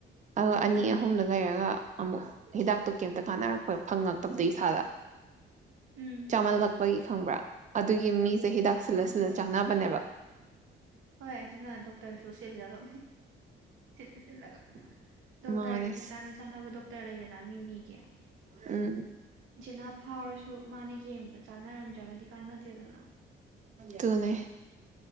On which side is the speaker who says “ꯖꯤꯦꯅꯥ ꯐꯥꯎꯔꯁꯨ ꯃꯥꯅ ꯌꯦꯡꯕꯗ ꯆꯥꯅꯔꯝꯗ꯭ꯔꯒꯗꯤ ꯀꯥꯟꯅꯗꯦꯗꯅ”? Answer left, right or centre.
Right